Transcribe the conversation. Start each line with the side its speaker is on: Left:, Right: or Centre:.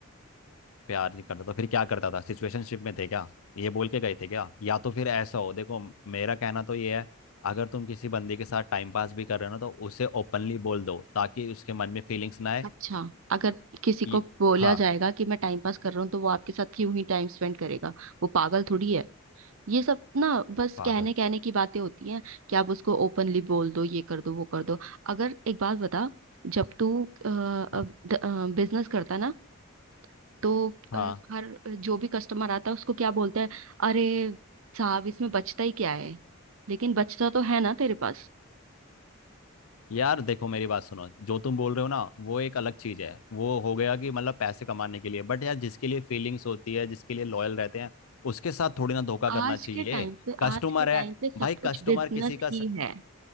Left: प्यार नहीं करता तो फिर क्या करता था सिचुएशनशिप में थे क्या ये बोल के गए थे क्या या तो फिर ऐसा हो देखो मेरा कहना तो ये है अगर तुम किसी बंदे के साथ टाइम पास भी कर रहे हो ना तो उसे ओपनली बोल दो ताकि उसके मन में फीलिंग्स ना आए
Right: अच्छा अगर किसी
Left: ये
Right: को बोला
Left: हाँ
Right: जाएगा कि मैं टाइम पास कर रहा हूँ तो वो आपके साथ क्यों ही टाइम स्पेंड करेगा वो पागल थोड़ी है ये सब ना बस
Left: पागल
Right: कहने कहने की बातें होती हैं कि आप उसको ओपनली बोल दो ये कर दो वो कर दो अगर एक बात बता जब तू बिजनेस
Left: हाँ
Right: करता ना तो
Left: हाँ
Right: अ, हर जो भी कस्टमर आता है उसको क्या बोलता है अरे साहब इसमें बचता ही क्या है लेकिन बचता तो है ना तेरे पास
Left: यार देखो मेरी बात सुनो जो तुम बोल रहे हो ना वो एक अलग चीज है वो हो गया कि मतलब पैसे कमाने के लिए बट यार जिसके लिए फीलिंग्स होती है जिसके लिए लॉयल रहते हैं उसके साथ थोड़ी ना धोखा करना
Right: आज
Left: चाहिए
Right: के टाइम पे
Left: कस्टमर
Right: आज के टाइम
Left: है
Right: पे सब
Left: भाई
Right: कुछ
Left: कस्टमर
Right: बिजनेस
Left: किसी का स...
Right: ही है